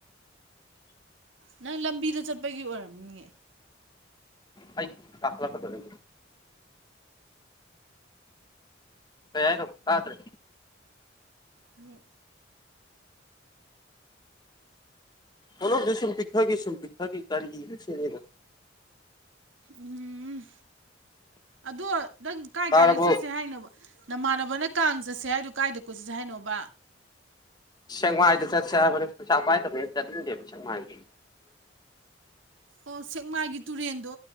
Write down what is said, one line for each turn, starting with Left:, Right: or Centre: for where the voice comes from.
Right: ꯅꯪ ꯂꯝꯕꯤꯗ ꯆꯠꯄꯒꯤ ꯑꯣꯏꯔꯝꯅꯤꯌꯦ
Left: ꯑꯩ ꯀꯥꯥꯛꯂ ꯀꯗꯧꯔꯦ ꯀꯩꯍꯥꯏꯅꯣ ꯇꯥꯗꯔꯦ
Right: ꯃꯤ
Left: ꯅꯥꯔꯣꯜꯗꯣ ꯁꯨꯝ ꯄꯤꯛꯊꯒꯤ ꯁꯨꯝ ꯄꯤꯛꯊꯛꯒꯤ ꯀꯔꯤꯅꯣꯅꯦ
Right: ꯎꯝ ꯑꯗꯣ ꯅꯪ ꯀꯥꯏꯀꯥꯏꯗ
Left: ꯇꯥꯔꯕꯣ
Right: ꯆꯠꯁꯦ ꯍꯥꯏꯅꯣꯕ ꯅꯃꯥꯟꯅꯕꯅ ꯀꯥꯡ ꯆꯠꯁꯦ ꯍꯥꯏꯗꯣ ꯀꯥꯏꯗ ꯀꯣꯏꯆꯠꯁꯦ ꯍꯥꯏꯅꯣꯕ
Left: ꯁꯦꯡꯃꯥꯏꯗ ꯆꯠꯁꯦ ꯍꯥꯏꯕꯅꯤ ꯄꯩꯁꯥ ꯄꯥꯏꯗꯕꯅꯦꯅ ꯆꯠꯅꯤꯡꯗꯦꯕ ꯁꯦꯡꯃꯥꯏꯗꯗꯤ
Right: ꯑꯣ ꯁꯦꯛꯃꯥꯏꯒꯤ ꯇꯨꯔꯦꯟꯗꯣ